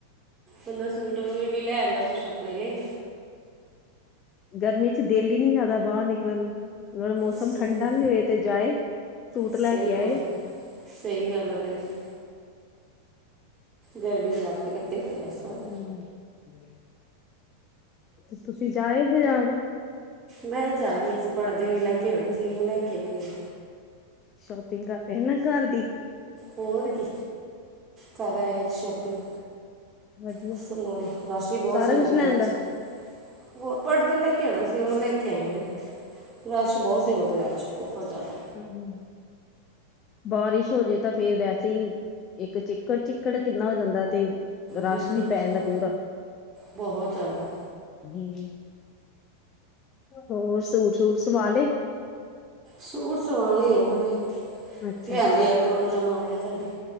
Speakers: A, on the right (about 15°); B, on the left (about 30°).
A: ਬੰਦਾ ਸੂਟ ਵੂਟ ਹੀ ਲੈ ਆਦਾ ਕੁਛ ਆਪਣੇ ਲਏ।
B: ਗਰਮੀ ਚ ਦਿਲ ਹੀ ਨਹੀਂ ਕਰਦਾ ਬਾਹਰ ਨਿਕਲਣ ਨੂੰ ਥੋੜਾ ਮੌਸਮ
A: ਸਹੀ
B: ਠੰਡਾ ਵੀ ਹੋਏ ਤੇ ਜਾਏ। ਸੂਟ ਲੈ
A: ਸਹੀ
B: ਕੇ ਆਏ।
A: ਗੱਲ, ਸਹੀ ਗੱਲ ਐ ਭੈਣਜੀ। ਗਰਮੀ ਨੇ ਵੱਟ ਕੱਢੇ ਪਏ ਆ ਇਸ ਵਾਰ
B: ਹੂੰ। ਨਈ ਤੇ ਤੁਸੀਂ ਜਾ ਆਏ ਬਜ਼ਾਰ
A: ਮੈਂ ਜਾਈ ਰਈ ਸੀ ਪੜ੍ਹਦੇ ਲੈ ਕੇ ਆਉਣੇ ਸੀ ਉਹ ਲੈ ਕੇ ਆਣੇ ਹਾਂ
B: ਸ਼ੋਪਿੰਗ ਕਰ ਰਹੇ ਨਾ ਘਰ ਦੀ
A: ਹੋਰ ਕੀ ਕਰ ਆਏ ਅੱਜ ਸ਼ਾਪਿੰਗ
B: ਵਧੀਆ
A: ਤੇ ਸਮਾਂ ਰਸ਼ ਹੀ ਬਹੁਤ
B: ਸਾਰਾ
A: ਸੀਗਾ
B: ਕੁਛ
A: ਵਿਆਹ
B: ਲੈਂਦਾ।
A: ਚ ਉਹ ਪੜ੍ਹਦੇ ਲੈ ਕੇ ਆਉਣੇ ਸੀ ਉਹ ਲੈ ਕੇ ਕੇ ਆਈ ਹਾਂ ਰਸ਼ ਬਹੁਤ ਸੀਗਾ ਬਾਜ਼ਾਰ 'ਚ ਬਹੁਤ ਜ਼ਿਆਦਾ
B: ਹੂੰ ਹੂੰ ਬਾਰਿਸ਼ ਹੋ ਜੇ ਤਾਂ ਫੇਰ ਵੈਸੇ ਹੀ ਇੱਕ ਚਿੱਕੜ ਚਿੱਕੜ ਕਿੰਨਾ ਹੋ ਜਾਂਦਾ ਤੇ ਰਸ਼
A: ਬਿਲਕੁਲ
B: ਵੀ
A: ਬਿਲਕੁਲ
B: ਪੈ ਜਾਂਦਾ ਪੂਰਾ
A: ਬਹੁਤ ਜ਼ਿਆਦਾ
B: ਹੂੰ ਹੋਰ ਸੂਟ- ਸੂਟ ਸਵਾ ਲੇ?
A: ਸੂਟ ਸਵਾਣੇ ਆ ਅਜੇ,
B: ਅੱਛਾ
A: ਲਿਆਂਦੇ
B: ਅੱਛਾ
A: ਆ, ਪ੍ਰੋਗਰਾਮ ਆਇਆ ਸਾਡੇ।